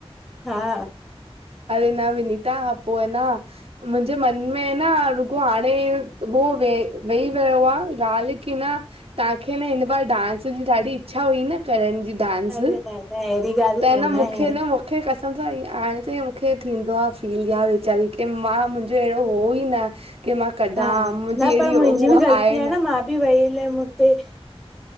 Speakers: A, in the centre; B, on the right (about 65°).
A: हा।
B: अरे न विनीता हा पो एना -- मुंहिंजे मन में न रुॻो हाणे ओ वेई वेई रयो आ ॻाल्ह की न -- तव्हांखे न हिन बार डांस जी ॾाढी इच्छा हुई न करण जी -- डांस,
A: अरे न न अहिड़ी ॻाल्हि
B: त
A: कोन
B: न मूंखे
A: आहे यार।
B: न मूंखे कसम सां -- उते मूंखे थींदो आ फील यार वेचारी खे मां मुंहिंजो अहिड़ो हो ई न की मां -- कॾां
A: हा
B: मुंहिंजी
A: न
B: अहिड़ी
A: पर मुंहिंजी
B: उह
A: बि ग़लती
B: आहे न --
A: मां बि वईल मते --